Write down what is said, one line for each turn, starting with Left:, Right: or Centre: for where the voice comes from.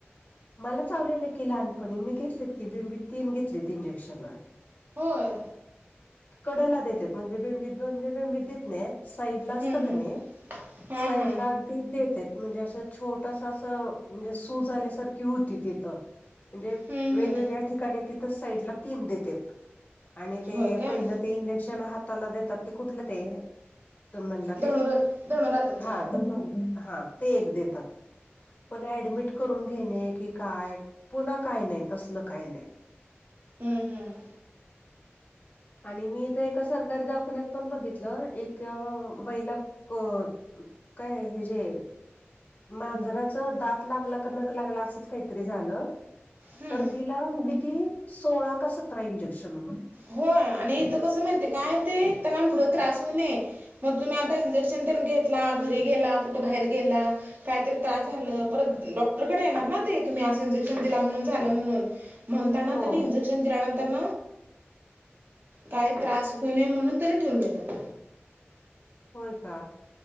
Left: मला चावलेलं की लहानपणी मी घेतलेत की बेंबीत तीन घेतलेत इंजेक्शन.
Right: होय?
Left: कडला देत्यात. म्हणजे बेंबीत म्हणजे बेंबीत देत नाइत. साईडला असतं
Right: हम्म,
Left: क
Right: हम्म.
Left: नी
Right: हां
Left: साईड
Right: हां
Left: ला अग ती देत्यात. म्हणजे अस छोटसं अस म्हणजे सूज आल्यासारखी हुती ति त म्हणजे
Right: हम्म,
Left: वेगवेगळ्या
Right: हम्म.
Left: ठिकाणी तितं साईडला तीन देत्यात. आणि ते
Right: होय काय
Left: पहिलं ते इंजेक्शन हाताला देतात ते कुठलं ते तुम्ही म्हणला ते?
Right: धनुरात धनुरातच
Left: हा धनुर्वात. हा ते एक देतात. पण ऍडमिट करून घेणे की काय? पुन्हा काय नाय तसलं काय नाय.
Right: हम्म हम्.
Left: आणि मी इथं एका सरकारी दवाखान्यात पण बघितलं एक बैला क काय हेजे मांजराच दात लागला का नक लागलं असंच कायतरी झालं.
Right: हम्म.
Left: तर तिला ग कीती सोळा का सतरा इंजेक्शन म्हण.
Right: हो आणि इथ कसं माहिते काय ते त्यांना पुढं त्रास होऊ नये. म तुम्ही आता इंजेक्शन तेन घेतला घरी गेला कुठ बाहेर गेला कायतरी क्या झालं परत डॉक्टरकड येणार ना ते तुम्ही असं इंजेक्शन दिला म्हणून झालं म्हणून. म्हणताना
Left: हो.
Right: त्यांनी इंजेक्शन दिल्यानंतरन काय त्रास हू नये म्हणून तेनी ठेवून घेत्यात.
Left: व्हय का